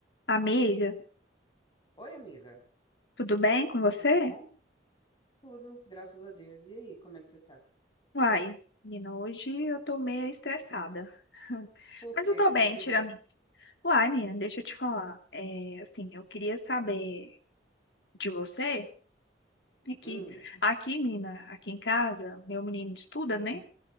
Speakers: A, on the left; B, on the left.
A: Amiga,
B: Oi, amiga.
A: tudo bem com você?
B: Tudo bom? Tudo, graças a Deus. E aí, como é que você tá?
A: Uai, menina, hoje eu tô meio estressada. <laughs>
B: Por
A: Mas
B: quê?
A: eu tô
B: O que
A: bem,
B: que
A: tirando.
B: houve?
A: isso. Uai, menina, deixa eu te falar. É, assim, eu queria saber de você. Aqui,
B: Hum,
A: aqui, menina, aqui em casa, meu menino estuda, né?